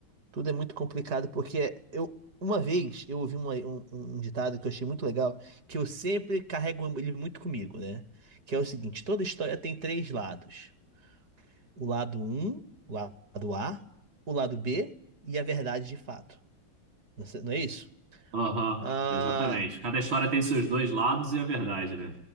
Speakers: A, on the right; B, on the right.
A: tudo é muito complicado porque eu, uma vez eu ouvi uma- um, um um ditado que eu achei muito legal, que eu sempre carrego ele muito comigo, né? Que é o seguinte, toda história tem três lados. o lado um o lado A, o lado B e a verdade de fato. Não sei- não é isso?
B: Aham,
A: Ah,
B: exatamente. Cada história tem seus dois lados e a verdade, né?